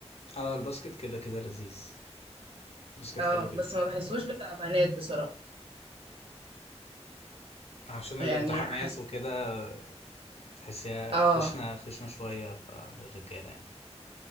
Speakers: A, on the left; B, on the right.
A: اه الباسكت كده كده لذيذ الباسكت
B: اه
A: حلو جدا
B: بس ما بحسوش بتاع بنات بصراحه
A: عشان الالتحامات
B: يعني حس
A: وكده تحسيها
B: اه
A: خشنة خشنة شوية فللرجالة يعني